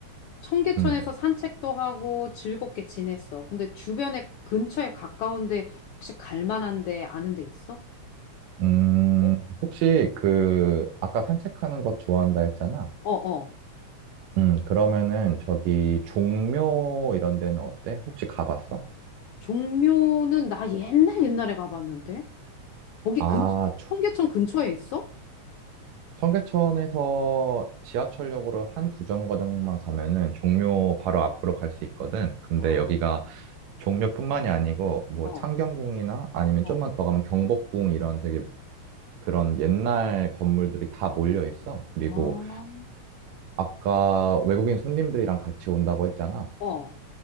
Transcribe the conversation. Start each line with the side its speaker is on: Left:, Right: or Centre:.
Left: 청계천에서
Right: 음.
Left: 산책도 하고 즐겁게 지냈어. 근데 주변에 근처에 가까운데 혹시 갈 만한데 아는 데 있어?
Right: 음,
Left: 어,
Right: 혹시 그, 아까 산책하는 것 좋아한다 했잖아?
Left: 어. 어.
Right: 음, 그러면은 저기 종묘 이런 데는 어때? 혹시 가봤어?
Left: 종묘는 나 옛날 옛날에 가봤는데 거기
Right: 아,
Left: 근
Right: 조-
Left: 청계천 근처에 있어?
Right: 청계천에서 지하철역으로 한 두 정거장만 가면은 종묘 바로 앞으로 갈 수 있거든. 근데
Left: 아,
Right: 여기가 종묘뿐만이 아니고 뭐
Left: 어,
Right: 창경궁이나 아니면
Left: 어,
Right: 좀만 더 가면 경복궁 이런 되게 그런 옛날 건물들이 다 몰려 있어. 그리고
Left: 아,
Right: 아까 외국인 손님들이랑 같이 온다고 했잖아.
Left: 어,